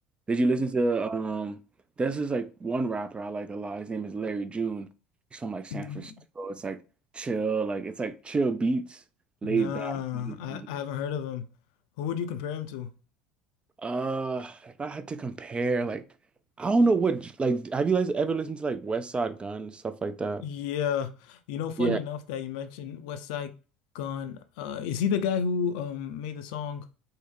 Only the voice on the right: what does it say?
Did you listen to um there's this like one rapper I like a lot. His name is Larry June. He's from like San
Francisco. It's like chill, like it's like chill beats, laid
back. <laughs>
Uh, if I had to compare, like I don't know what like have you guys ever listened to like West Side Gun stuff like that?
Yeah.